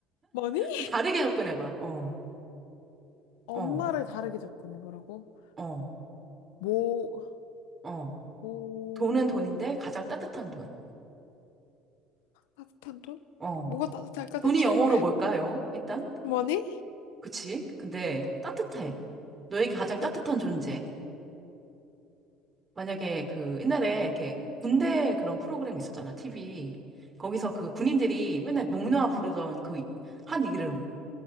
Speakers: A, on the left; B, on the right.
A: money?
B: 좀 다르게 접근해 봐. 어,
A: 엄마를
B: 어,
A: 다르게 접근해보라고?
B: 어,
A: 뭐
B: 어.
A: 뭐
B: 돈은 돈인데 가장 따뜻한 돈.
A: 따뜻한 돈?
B: 어.
A: 뭐가 따뜻할까
B: 돈이
A: 대체?
B: 영어로 뭘까요? 일단?
A: money?
B: 그치? 근데 따뜻해. 너에게 가장 따뜻한
A: 따뜻해.
B: 존재. 만약에 그 옛날에 이렇게 군대 그런 프로그램 있었잖아, TV. 거기서 그 군인들이 맨날 목놓아 부르던
A: 응.
B: 그 한 이름